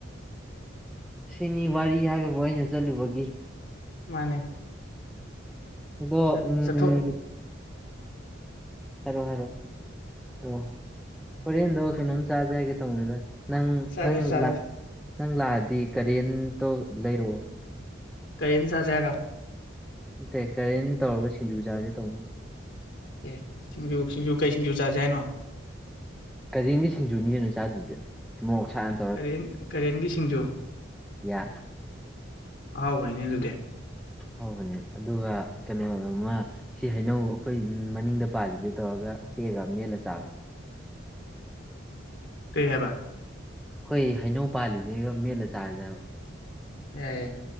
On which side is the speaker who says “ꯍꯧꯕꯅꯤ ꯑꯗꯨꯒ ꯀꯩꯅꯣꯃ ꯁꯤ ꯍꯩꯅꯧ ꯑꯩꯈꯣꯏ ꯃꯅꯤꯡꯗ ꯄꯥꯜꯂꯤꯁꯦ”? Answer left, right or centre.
Centre